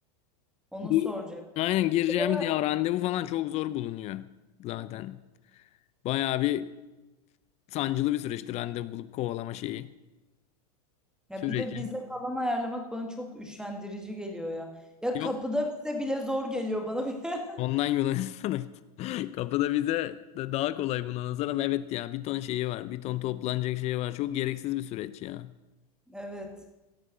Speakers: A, in the centre; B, on the left (about 35°).
A: onu
B: Bu
A: soracak.
B: aynen
A: Bir
B: gireceğimiz
A: de Bana,
B: ya randevu falan çok zor bulunuyor zaten. Bayağı bir sancılı bir süreçti randevu bulup kovalama şeyi.
A: ya
B: Süreci.
A: bir de vize falan ayarlamak bana çok üşendirici geliyor ya. Ya
B: Yok
A: kapıda vize bile zor geliyor bana. <laughs>
B: ondan Yunanistan'a gittim. <laughs> Kapıda vize de daha kolay buna nazaran. Evet ya bir ton şeyi var. Bir ton toplanacak şeyi var. Çok gereksiz bir süreç ya.
A: Evet.